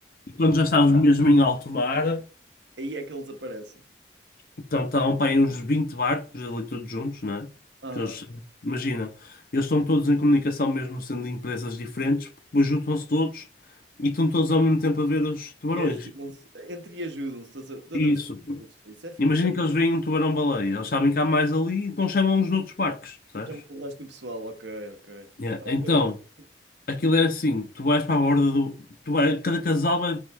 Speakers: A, on the left; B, on the right.
A: E quando já estávamos mesmo em alto mar,
B: Aí é que eles aparecem.
A: então estavam para aí uns 20 barcos ali todos juntos, né?
B: Aham.
A: Que eles, imagina, eles estão todos em comunicação, mesmo sendo de empresas diferentes, depois juntam-se todos e estão todos ao mesmo tempo a ver os tubarões.
B: E ajudam-se, entre e ajudam-se, estás a estás
A: Isso.
B: a perceber? Isso é fixe.
A: Imagina que eles veem um tubarão-baleia, eles sabem que há mais ali, então chamam os outros barcos, percebes?
B: Já me mudaste do pessoal, ok, ok.
A: Yeah,
B: Ah,
A: Então,
B: depois-
A: aquilo era assim, tu vais para a borda do. Tu vai, cada casal vai,